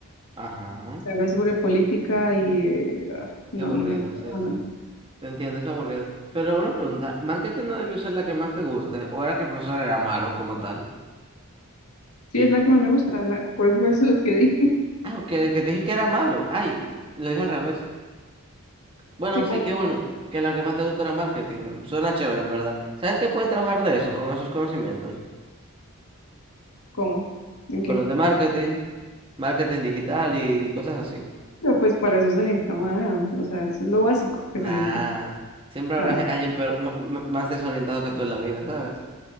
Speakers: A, on the right; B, on the left.
A: Ajá.
B: Se habla sobre política y eh, ah, no,
A: Qué aburrido,
B: no me gusta
A: sí,
B: para nada.
A: sí. Te entiendo, es aburrido. Pero una pregunta, ¿marketing no debió ser la que más te guste? ¿O era que el profesor era malo como tal?
B: Sí, es la que más me gusta, es la- por eso fue eso lo que di. <laughs>
A: Ah, que, que te dije que era malo. Ay, lo dije al revés. Bueno,
B: Sí, como
A: sí, qué bueno,
B: que,
A: que lo que más te gusta era marketing. Suena chévere, en verdad. ¿Sabes qué puedes trabajar de eso, con esos conocimientos?
B: ¿cómo? ¿En qué?
A: Con los de marketing, marketing digital y, y cosas así.
B: Pero pues para eso se necesita más, o sea, eso es lo básico que
A: Nah,
B: se necesita,
A: siempre habrá
B: claro.
A: ge- alguien peor- ma- ma- más desorientado que tú en la vida, ¿sabes?